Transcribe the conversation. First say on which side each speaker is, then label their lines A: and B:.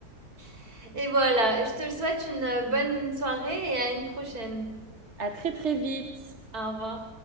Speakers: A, on the right; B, on the right.
A: <laughs> et voilà et je te souhaite une, heu, bonne soirée et à une prochaine.
B: À très, très vite.
A: Au revoir.